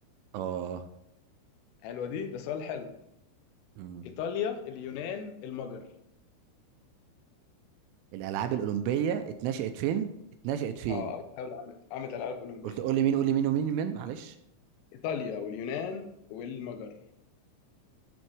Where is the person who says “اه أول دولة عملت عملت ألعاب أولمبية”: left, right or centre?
Left